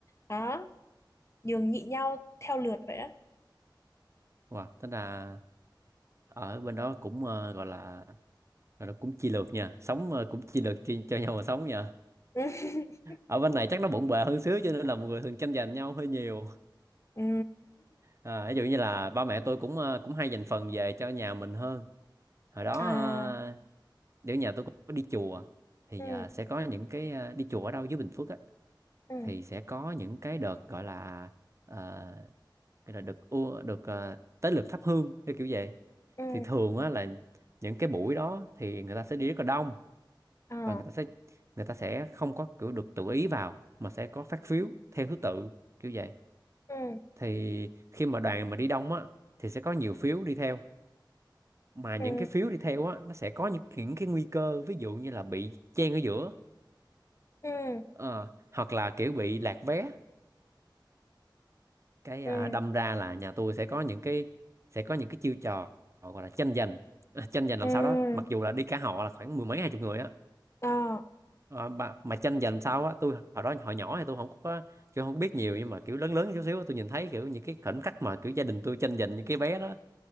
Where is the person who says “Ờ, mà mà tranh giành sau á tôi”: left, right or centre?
Right